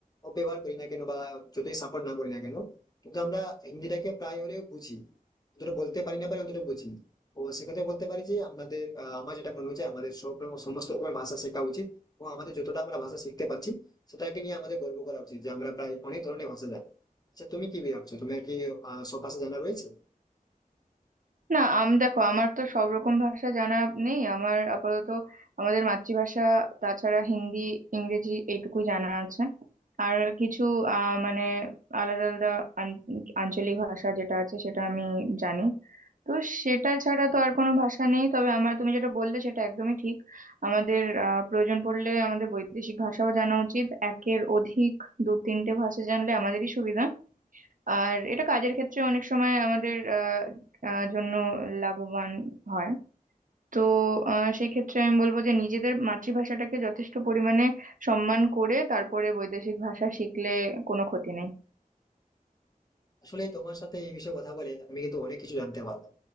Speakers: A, on the left; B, on the right.
A: অপব্যবহার করি না কেন বা যতই সাপোর্ট না করি না কেন কিন্তু আমরা হিন্দিটাকে প্রায় হলেও বুঝি অতটা বলতে পারি না পারি অতটা বুঝি ও সেক্ষেত্রে বলতে পারি যে আমাদের আহ, আমার যেটা মনে হচ্ছে আমাদের সব রকম সমস্ত রকমের ভাষা শেখা উচিত এবং আমাদের যতটা আমরা ভাষা শিখতে পারছি সেটাকে নিয়ে আমাদের গর্ব করা উচিত যে আমরা প্রায় অনেক ধরনের ভাষা জানি আচ্ছা তুমি কি ভাবছো তোমার কি আহ, সব ভাষা জানা রয়েছে
B: না আম দেখো আমার তো সব রকম ভাষা জানা নেই আমার আপাতত আমাদের মাতৃভাষা তাছাড়া হিন্দি ইংরেজি এইটুকু জানা আছে আর কিছু আহ মানে আলাদা আলাদা আন- আঞ্চলিক ভাষা যেটা আছে সেটা আমি জানি তো সেটা ছাড়া তো আর কোনো ভাষা নেই তবে আমার তুমি যেটা বললে সেটা একদমই ঠিক আমাদের আহ প্রয়োজন পড়লে আমাদের বৈদেশিক ভাষাও জানা উচিত একের অধিক দু তিনটে ভাষা জানলে আমাদেরই সুবিধা আর এটা কাজের ক্ষেত্রে অনেক সময় আমাদের আহ, আহ, জন্য লাভবান হয় তো আহ, সেই ক্ষেত্রে আমি বলবো যে নিজেদের মাতৃভাষাটাকে যথেষ্ট পরিমাণে সম্মান করে তারপরে বৈদেশিক ভাষা শিখলে কোনো ক্ষতি নেই
A: আসলে তোমার সাথে এই বিষয়ে কথা বলে আমি কিন্তু অনেক কিছু জানতে পারলাম